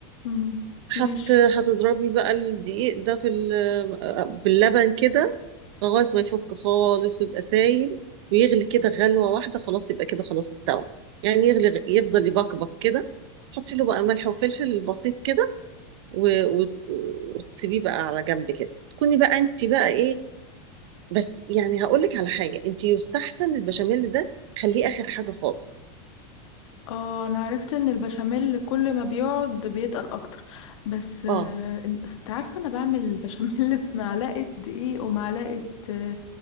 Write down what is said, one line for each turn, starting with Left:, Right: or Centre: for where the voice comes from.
Left: امم ماشي
Right: هت... هتضربي بقى الدقيق ده في ال... باللبن كده لغاية ما يفك خالص ويبقى سايل ويغلي كده غلوة واحدة خلاص يبقى كده خلاص استوى يعني يغلي يفضل يبقبق كده حطي له بقى ملح وفلفل بسيط كده و... وت... وتسيبيه بقى على جنب كده تكوني بقى انت بقى ايه بس يعني هقول لك على حاجة انت يستحسن البشاميل ده خليه آخر حاجة خالص
Left: اه انا عرفت ان البشاميل كل ما بيقعد بيتقل اكتر بس آه،
Right: اه
Left: انت عارفه انا بعمل البشاميل <laughs> بمعلقه دقيق ومعلقه آه،